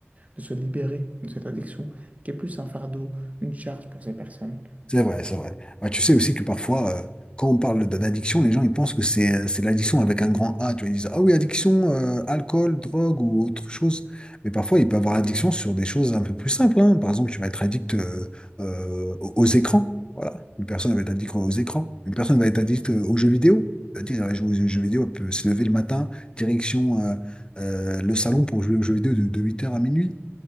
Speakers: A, on the right; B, on the left.
A: de se libérer de cette addiction, qui est plus un fardeau, une charge pour ces personnes.
B: C'est vrai, c'est vrai. Ouais, tu sais aussi que parfois, euh, quand on parle de- d'addiction, les gens ils pensent que c'est euh, c'est l'addiction avec un grand A. Tu vois, ils disent, ah oui, addiction, euh, alcool, drogue ou autre chose. Mais parfois, il peut avoir addiction sur des choses un peu plus simples. hein. Par exemple, tu vas être addict euh, euh, aux aux écrans. Voilà. Une personne va être addict aux écrans. Une personne va être addict euh, aux jeux vidéo. C'est-à-dire, elle joue aux jeux vidéo, elle peut se lever le matin, direction euh, euh, le salon pour jouer aux jeux vidéo de, de 8h à minuit.